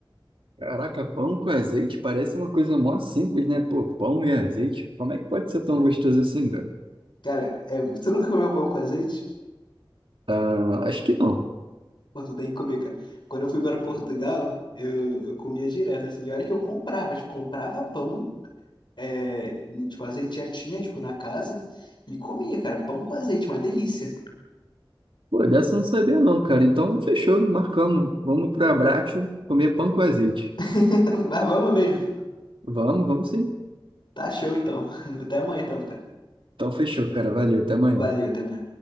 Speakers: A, on the right (about 75°); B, on the left (about 60°).
A: caraca, pão com azeite parece uma coisa mó simples, né? Pô, pão e azeite. Como é que pode ser tão
B: É.
A: gostoso assim, cara?
B: Cara, é, você nunca comeu pão com azeite?
A: Ah, acho que não.
B: Pô, tu tem que comer, cara. Quando eu fui para Portugal, eu, eu comia direto, assim. E olha que eu comprava, tipo, comprava pão, é, e, tipo, azeite já tinha, tipo, na casa, e comia, cara. Pão com azeite, uma delícia.
A: Pô, dessa eu não sabia não, cara. Então, fechou, marcamos. Vamos pro Abrácio comer pão com azeite.
B: <laughs> Mas vamos mesmo.
A: Vamos, vamos sim.
B: Tá show, então. <laughs> Até amanhã, então, cara.
A: Então, fechou, cara. Valeu, até amanhã.
B: Valeu, até amanhã.